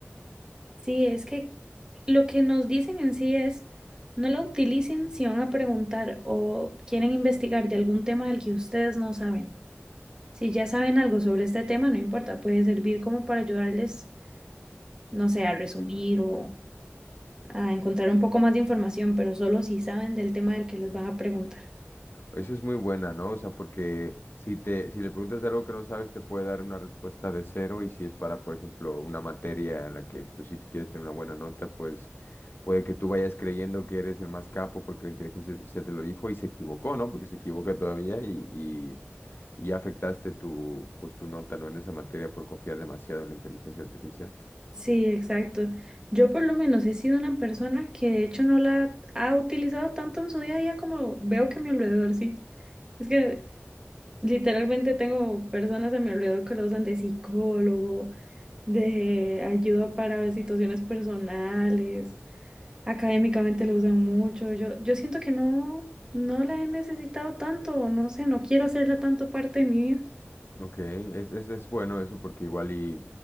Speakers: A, on the right (about 20°); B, on the left (about 55°).
A: Sí, es que lo que nos dicen en sí es, no la utilicen si van a preguntar o quieren investigar de algún tema del que ustedes no saben. Si ya saben algo sobre este tema, no importa, puede servir como para ayudarles, no sé, a resumir o a encontrar un poco más de información, pero solo si saben del tema del que les van a preguntar.
B: Esa es muy buena, ¿no? O sea, porque si te, si le preguntas algo que no sabes, te puede dar una respuesta de cero y si es para, por ejemplo, una materia en la que, pues, si te quieres tener una buena nota, pues puede que tú vayas creyendo que eres el más capo porque la inteligencia artificial te lo dijo y se equivocó, ¿no? Porque se equivoca todavía y, y, y ya afectaste tu, pues, tu nota, ¿no? En esa materia por confiar demasiado en la inteligencia artificial.
A: Sí, exacto. Yo por lo menos he sido una persona que de hecho no la ha utilizado tanto en su día a día como veo que a mi alrededor sí. Es que literalmente tengo personas a mi alrededor que la usan de psicólogo, de ayuda para situaciones personales, académicamente la usan mucho. Yo, yo siento que no, no la he necesitado tanto, o no sé, no quiero hacerla tanto parte de mi vida.
B: Ok, es, es, es bueno eso porque igual y